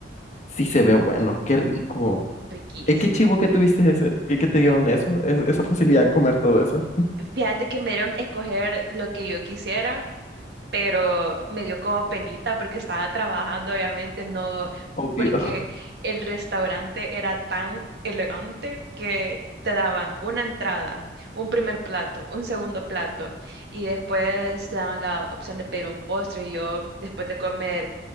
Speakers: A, on the left (about 40°); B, on the right (about 65°).
A: Sí se ve bueno, qué rico.
B: riquísimo.
A: Es qué chivo que tuviste ese, que, que te dieron eso, es- esa facilidad de comer todo eso.
B: Fíjate que me dieron escoger lo que yo quisiera. pero me dio como penita porque estaba trabajando, obviamente, no,
A: Obvio.
B: porque el restaurante era tan elegante que te daban una entrada, un primer plato, un segundo plato, y después te daban la opción de pedir un postre. Y yo, después de comer